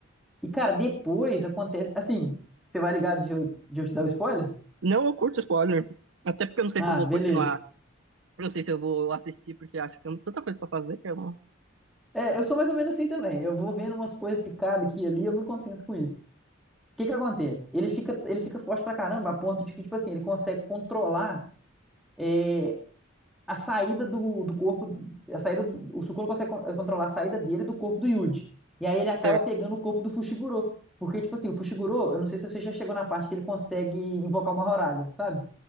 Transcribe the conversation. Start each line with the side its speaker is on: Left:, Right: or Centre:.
Centre: E, cara, depois acontece. Assim, você vai ligado de eu, de eu te dar o spoiler?
Right: Não, eu curto spoiler. Até porque eu não sei
Centre: Ah,
Right: se eu vou
Centre: beleza.
Right: continuar. Eu não sei se eu vou assistir, porque acho que tem tanta coisa pra fazer que eu não.
Centre: É, eu sou mais ou menos assim também. Eu vou vendo umas coisas picadas aqui e ali, eu me contento com isso. O que que acontece? Ele fica, ele fica forte pra caramba, a ponto de que, tipo assim, ele consegue controlar é, a saída do, do corpo. A saída do, o Sukuna consegue con- controlar a saída dele do corpo do Yuji. E aí ele acaba
Right: Certo.
Centre: pegando o corpo do Fushiguro. Porque, tipo assim, o Fushiguro, eu não sei se você já chegou na parte que ele consegue invocar uma Horaga, sabe?